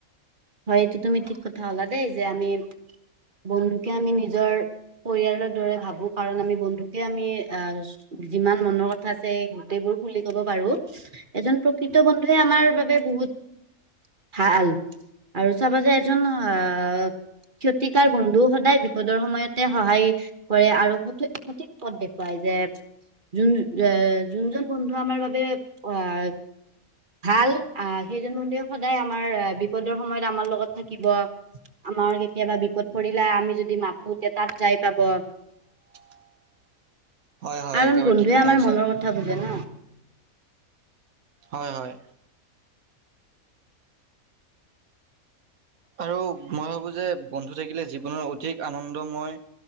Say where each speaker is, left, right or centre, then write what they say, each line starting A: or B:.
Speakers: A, on the right; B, on the right.
A: হয় এইটো তুমি ঠিক কথা হলা দেই যে আমি বন্ধুকে আমি নিজৰ। পৰিয়ালৰ দৰে ভাবো কাৰণ আমি বন্ধুকে আমি আহ যিমান মনৰ কথা আছে গোটেইবোৰ বুলি ক'ব পাৰো এজন প্ৰকৃত বন্ধুে আমাৰ বাবে বহুত ভাল আৰু চাবা যে এজন আহ। ক্ষতিকাৰ বন্ধু সদায় বিপদৰ সময়তে সহায় কৰে আৰু সঠ সঠিক পথ দেখুৱাই যায়। যে যোন এ যোনজন বন্ধু আমাৰ বাবে আহ ভাল আহ সেইজন বন্ধুৱে সদায় আমাৰ বিপদ সময়ত আমাৰ লগত থাকিব। আমাৰ কেতিয়াবা বিপদ পৰিল আমি যদি মাতোতে তাত যাই পাব।
B: <unintelligible> হয় হয়
A: কাৰণ
B: একেবাৰে
A: বন্ধুৱে
B: ঠিক কথা
A: আমাৰ
B: কৈছা।
A: মনৰ কথা বুজে ন
B: হয় হয়। আৰু মই ভাবো যে বন্ধু থাকিলে জীৱনৰ অধিক আনন্দময়